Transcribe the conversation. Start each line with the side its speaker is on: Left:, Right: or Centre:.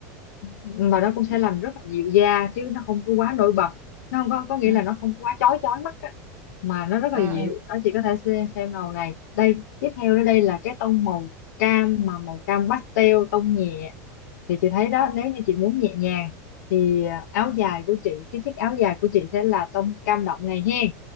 Left: mà nó cũng sẽ
Right: ừ,
Left: làm rất là dịu da chứ nó không có quá nổi bật nó không có có nghĩa
Right: ừ.
Left: là nó không có quá chói chói mắt á mà nó rất
Right: Ờ,
Left: là dịu
Right: ờ,
Left: đó chị có thể xem, xem màu này đây tiếp theo đó đây là cái tông màu cam mà màu cam pastel tông nhẹ thì chị thấy đó nếu như chị muốn nhẹ nhàng thì à, áo dài của chị cái chiếc áo dài của chị sẽ là tông cam đậm này hen